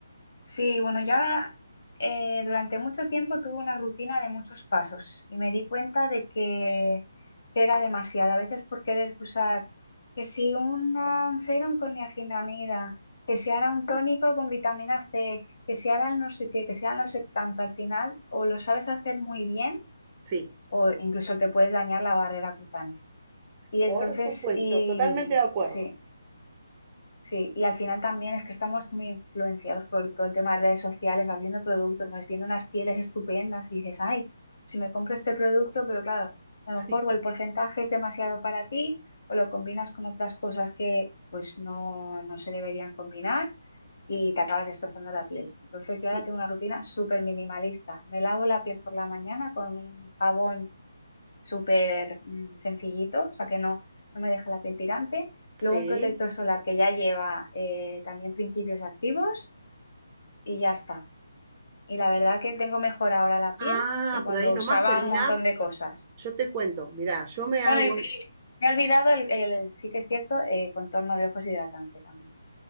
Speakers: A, on the left; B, on the right.
A: Sí, bueno, yo ahora eh, durante mucho tiempo tuve una rutina de muchos pasos y me di cuenta de que, que era demasiado. A veces por querer usar que si una- un serum con niacinamida, que si ahora un tónico con vitamina C, que si ahora el no sé qué, que si ahora no sé tanto, al final o lo sabes hacer muy bien
B: Sí,
A: o incluso te puedes dañar la barrera cutánea. Y
B: por
A: entonces,
B: supuesto,
A: y
B: totalmente de acuerdo.
A: sí. Sí, y al final también es que estamos muy influenciados por todo el tema de redes sociales, vas viendo productos, vas viendo unas pieles estupendas y dices, ay, si me compro este producto, pero claro, a
B: Sí,
A: lo mejor o el porcentaje es demasiado para ti o lo combinas con otras cosas que pues no, no se deberían combinar y te acabas destrozando la piel. Entonces
B: sí,
A: yo ahora tengo una rutina súper minimalista. Me lavo la piel por la mañana con un jabón súper mm, sencillito, o sea que no, no me deja la piel tirante.
B: sí.
A: Luego un protector solar que ya lleva eh, también principios activos y ya está. Y la verdad
B: Y,
A: que tengo mejor ahora la piel
B: ah,
A: que cuando
B: pero ahí nomás
A: usaba
B: terminás.
A: un montón de cosas.
B: Yo te cuento, mirá, yo me
A: Bueno,
B: hago
A: y, y me he olvidado, el, el- sí que es cierto, eh, contorno de ojos hidratante también.